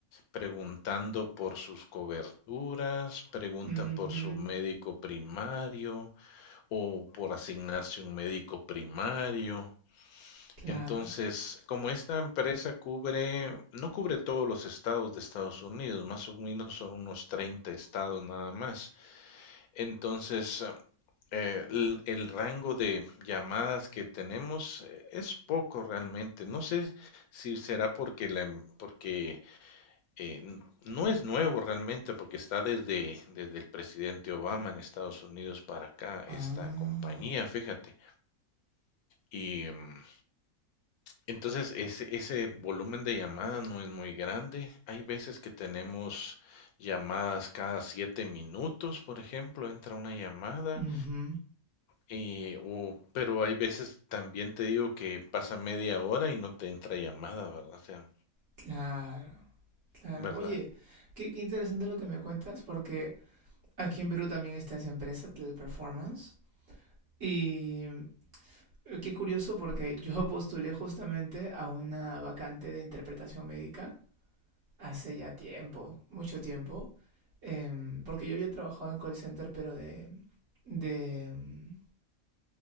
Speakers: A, on the left; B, on the right.
A: preguntando por sus coberturas, preguntan
B: Ujú,
A: por su médico primario o por asignarse un médico primario.
B: Claro.
A: Entonces, como esta empresa cubre, no cubre todos los estados de Estados Unidos, más o menos son unos 30 estados nada más. Entonces, eh, el, el rango de llamadas que tenemos eh, es poco realmente. No sé si será porque la, em- porque eh, n- no es nuevo realmente porque está desde, desde el presidente Obama en Estados Unidos para acá, esta
B: Ah.
A: compañía, fíjate. Y mm, entonces ese, ese volumen de llamada no es muy grande. Hay veces que tenemos llamadas cada siete minutos, por ejemplo, entra una llamada,
B: ujú,
A: eh, o, pero hay veces también te digo que pasa media hora y no te entra llamada, ¿verdad? O sea,
B: Claro, claro.
A: ¿verdad?
B: Oye, qué, qué interesante lo que me cuentas, porque aquí en Perú también está esa empresa, Teleperformance. Y Eh, Qué curioso porque yo <laughs> postulé justamente a una vacante de interpretación médica hace ya tiempo, mucho tiempo, em, porque yo había trabajado en call center, pero de, de, em,